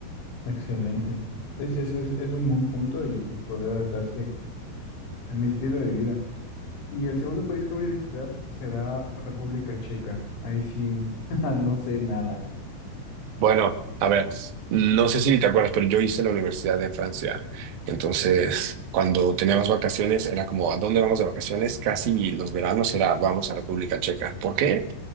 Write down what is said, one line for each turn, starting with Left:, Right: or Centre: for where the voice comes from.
Left: excelente. ¿Ves? Ese es, es un buen punto y, y poder adaptarse a mi estilo de vida. Y el segundo país que voy a visitar será República Checa. Ahí sí, <laughs> no sé nada.
Right: Bueno, a ver, no sé si te acuerdas, pero yo hice la universidad en Francia. Entonces, cuando teníamos vacaciones, era como, ¿a dónde vamos de vacaciones? Casi los veranos era, vamos a República Checa. ¿Por qué?